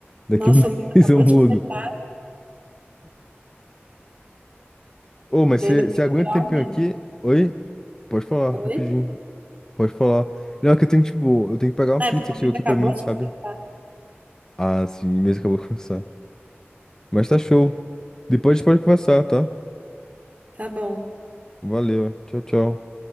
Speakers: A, on the left; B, on the right.
A: Daqui
B: Nossa,
A: a um <laughs>
B: o mês acabou
A: mês eu mudo.
B: de começar.
A: Ô, mas
B: Você
A: você
B: ainda vai
A: você
B: esperar
A: aguenta um tempinho
B: o mês.
A: aqui? Oi? Pode falar,
B: Oi?
A: rapidinho. Pode falar. Não, é que eu tenho, tipo, eu tenho que pegar uma
B: Ah,
A: pizza
B: é porque
A: que
B: o mês
A: chegou aqui
B: acabou
A: pra mim,
B: de
A: sabe?
B: começar.
A: Ah, sim, mesmo acabou de começar. Mas tá show. Depois a gente pode conversar, tá?
B: Tá bom.
A: Valeu. Tchau, tchau.